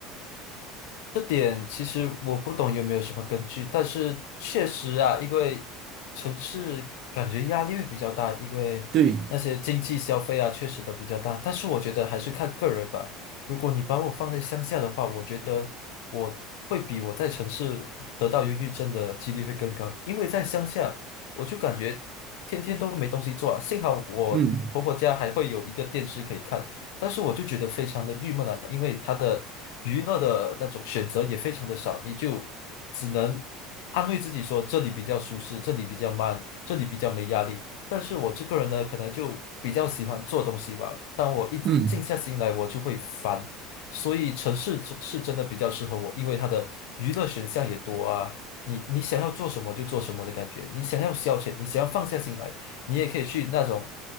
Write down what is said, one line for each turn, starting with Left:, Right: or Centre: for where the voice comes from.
Left: 这点其实我不懂有没有什么根据，但是确实啊，因为城市感觉压力会比较大，因为那些经济消费啊，
Right: 对，
Left: 确实都比较大。但是我觉得还是看个人吧。如果你把我放在乡下的话，我觉得我会比我在城市得到忧郁症的几率会更高，因为在乡下我就感觉天天都没东西做啊。幸好我婆婆家还会有一个电视可以看，
Right: 嗯
Left: 但是我就觉得非常的郁闷啊，因为他的娱乐的那种选择也非常的少，你就只能安慰自己说这里比较舒适，这里比较慢，这里比较没压力。但是我这个人呢，可能就比较喜欢做东西吧，当我一静下心来，
Right: 嗯。
Left: 我就会烦。所以城市是是真的比较适合我，因为它的娱乐选项也多啊。你你想要做什么就做什么的感觉，你想要消遣，你想要放下心来。你也可以去那种